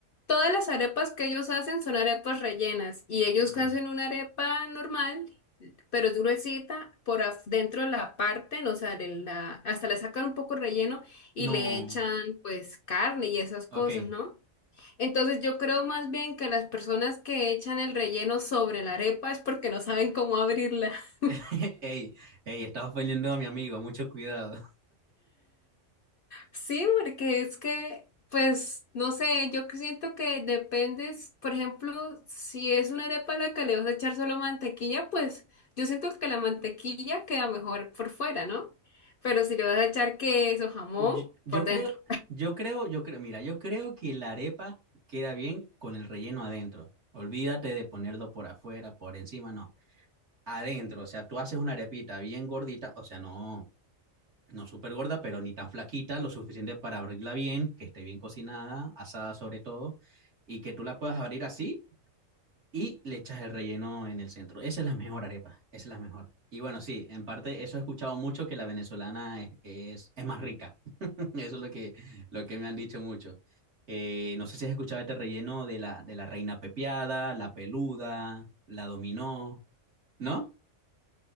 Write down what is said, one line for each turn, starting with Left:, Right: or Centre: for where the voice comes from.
Left: todas las arepas que ellos hacen son arepas rellenas y ellos
Right: Ok.
Left: hacen una arepa normal, pero es gruesita, por af- dentro la parten, o sea, de la- hasta le sacan un poco relleno y
Right: No,
Left: le echan pues carne y esas cosas,
Right: ok.
Left: ¿no? Entonces yo creo más bien que las personas que echan el relleno sobre la arepa es porque no saben cómo abrirla. <laughs>
Right: <laughs> Ey, ey, estás ofendiendo a mi amigo, mucho cuidado.
Left: Sí, porque es que, pues, no sé, yo que siento que depende, s- por ejemplo, si es una arepa a la que le vas a echar solo mantequilla, pues yo siento que la mantequilla queda mejor por fuera, ¿no? Pero si le vas a echar queso, jamón,
Right: Yo, yo
Left: por dentro.
Right: creo, yo creo, yo creo, mira, yo creo que la arepa queda bien con el relleno adentro. Olvídate de ponerlo por afuera, por encima, no. Adentro, o sea, tú haces una arepita bien gordita, o sea, no, no súper gorda, pero ni tan flaquita, lo suficiente para abrirla bien, que esté bien cocinada, asada sobre todo, y que tú la puedas abrir así y le echas el relleno en el centro. Esa es la mejor arepa, esa es la mejor. Y bueno, sí, en parte eso he escuchado mucho que la venezolana es, es, es más rica. <laughs> Eso es lo que, lo que me han dicho mucho. Eh, no sé si has escuchado este relleno de la, de la reina pepiada, la peluda, la dominó, ¿no?